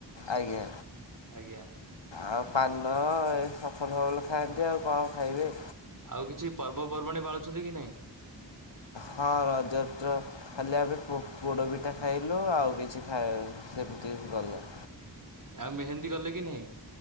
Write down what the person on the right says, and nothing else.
ଆଜ୍ଞା।
ଆଉ କିଛି ପର୍ବପର୍ବାଣୀ ପାଳୁଛନ୍ତିକି ନାଇଁ?
ଆଉ ମେହେନ୍ଦୀ ଗଲେକି ନାଇଁ?